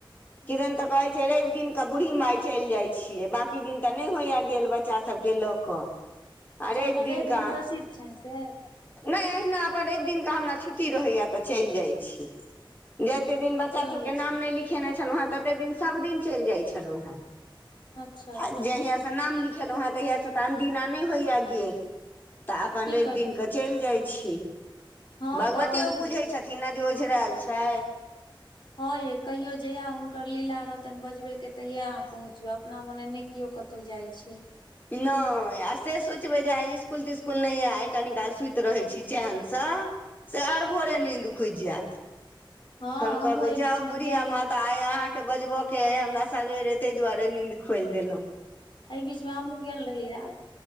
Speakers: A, on the left; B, on the left.
A: किरन ते कहे छै रवि दिन के बूढ़ी माय चलि जाय छिये। बाँकी दिन तऽ नहि होया गेल बच्चा सब के लऽ कऽ आ
B: अच्छा
A: रवि
B: हुनकर
A: दिनका
B: रेब दिन प्रसिद्ध छनि से
A: नहि, अहिना अपन एक दिनके हमरा छुट्टी रहैए तऽ चलि जाइ छी जते दिन बच्चा
B: घुमियो
A: सभके
B: लै
A: नाम
B: छी
A: नहि लिखेने छलहुँ हेँ तते दिन सभदिन चलि जाइत छलहुँ ह
B: अच्छा
A: आ जहियासँ नाम लिखेलहुँ हेँ तहियासँ तऽ अनदिना नहि होइए गेल तऽ अपन
B: की
A: रवि
B: करबै
A: दिनके
B: तऽ
A: चलि जाइ छी
B: हँ
A: भगवतियो
B: तऽ आओर
A: बुझै
B: की
A: छथिन ने जे ओझराल छै
B: हँ ये, कहियो जहिया हुनकर लीला रहतनि बजबे के तहिया अहाँ पहुँचबै अपना मने नीक कीओ कतहु जाइ छै
A: नय, आ से सोचबै जे आइ इस्कुल-तिस्कुल नहि यए आइ कनि काल सुति रहैत छी चेनसँ से आर भोरे नींद खुजि जायत।
B: हँ
A: हम
B: हमहुँ
A: कहबे
B: एहि
A: जाउ
B: बीच मे
A: बुढ़िया
B: गेल रही
A: माता आय अहा के बजबो के हमरा सबेरे ताहि दुआरे नींद खोलि देलहुं
B: एहि बीच मे हमहुँ गेल रही राज,